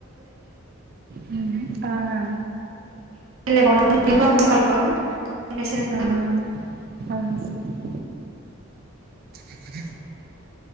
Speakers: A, on the right (about 45°); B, on the right (about 80°).
A: उम ओं ओं
B: रायलायबावनो बेखौ आसा खालामो
A: <unintelligible> <unintelligible>